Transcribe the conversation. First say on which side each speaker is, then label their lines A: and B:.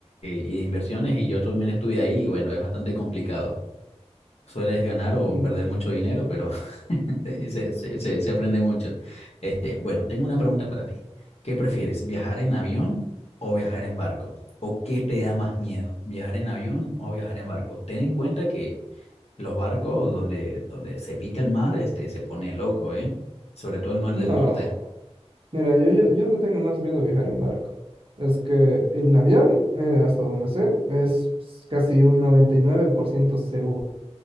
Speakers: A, on the left (about 70°); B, on the right (about 55°).
A: y de inversiones y yo también estuve ahí y bueno, es bastante complicado. Sueles ganar o
B: Mm,
A: perder mucho dinero, pero Sí, se, se, se- se aprende mucho. Este, bueno, tengo una pregunta para ti. ¿Qué prefieres, viajar en avión o viajar en barco? ¿O qué te da más miedo, viajar en avión o viajar en barco? Ten en cuenta que los barcos donde, donde se pica el mar, este, se pone loco, ¿eh? Sobre todo el mar
B: No,
A: del norte.
B: mira, yo, yo, yo le tengo más miedo a viajar en barco. Es que en avión, eh, hasta donde sé, es casi un 99% seguro.